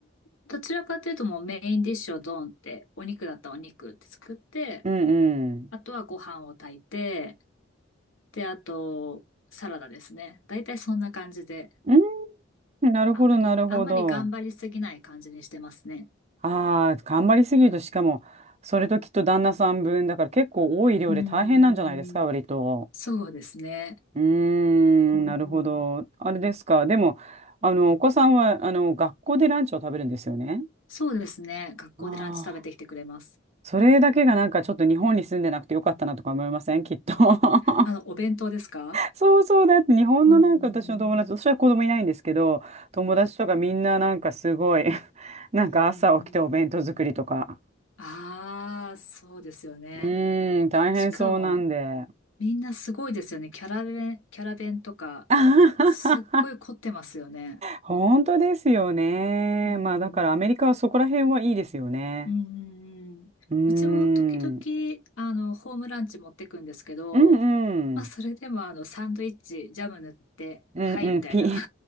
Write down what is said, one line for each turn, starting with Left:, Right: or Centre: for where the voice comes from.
Left: どちらかというともうメインディッシュをドーンって、お肉だったらお肉って作って、
Right: うんうん。
Left: あとはご飯を炊いて、で、あと、サラダですね。だいたいそんな感じで、
Right: うんなるほど、
Left: あんまり、
Right: なるほど。
Left: あんまり頑張りすぎない感じにしてますね。
Right: ああ、頑張りすぎると、しかも、それときっと旦那さん分だから結構多い量で大変なんじゃないですか、
Left: うーん。
Right: 割と。
Left: そうですね。
Right: うーん、
Left: うん。
Right: なるほど。あれですか。でも、あの、お子さんは、あの、学校でランチを食べるんですよね。
Left: そうですね。学校でランチ食べてきてくれます。
Right: ああ、それだけがなんかちょっと日本に住んでなくてよかったなとか思いませんきっと。<laughs>
Left: あの、お弁当ですか
Right: そうそう、だって日本のなんか私の友達、
Left: うん
Right: 私は子供いないんですけど、友達とかみんななんかすごい、<laughs> なんか朝起きてお弁当作りとか。
Left: うんうんはい。うんうんうんああ、そうですよね。
Right: うーん、大変そうなんで。
Left: しかも、みんなすごいですよね。キャラ弁、キャラ弁とか、
Right: <laughs>
Left: すっごい凝ってますよね。
Right: 本当ですよね。
Left: う
Right: まあだからアメリカはそこら辺はいいですよね。
Left: うんうんうんうん。
Right: うーん。
Left: うちも時々、
Right: うん
Left: あの、ホームランチ持ってくんですけど、
Right: うん。
Left: まあ、それでもあの、サンドイッチ、ジャム塗って、
Right: うんうん。
Left: はい、みたいな。
Right: ピ、<laughs>